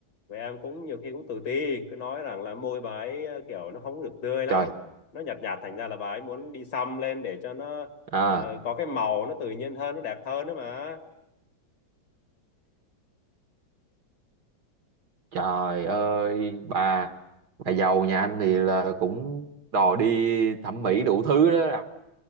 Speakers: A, on the left (about 60°); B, on the right (about 55°).
A: vợ em cũng nhiều khi cũng tự ti, cứ nói rằng là môi bà ấy à, kiểu nó không được tươi lắm,
B: trời
A: nó nhạt nhạt thành ra là bà ấy muốn đi xăm lên để cho nó
B: à
A: à, có cái màu nó tự nhiên hơn, nó đẹp hơn nữa mà.
B: trời ơi bà bà giàu nhà anh thì là cũng đòi đi thẩm mỹ đủ thứ đó là